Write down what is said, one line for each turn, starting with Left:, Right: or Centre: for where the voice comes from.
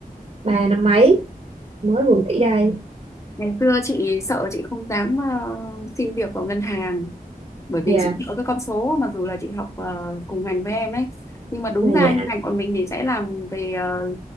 Right: ba năm mấy mới vừa nghỉ đây
Left: Ngày xưa chị sợ chị không dám ờ, xin việc vào ngân hàng bởi vì
Right: dạ
Left: chị có cái con số mặc dù là chị học ờ, cùng ngành với em ấy nhưng mà đúng
Right: à,
Left: ra
Right: dạ
Left: như ngành của mình thì sẽ làm về ờ,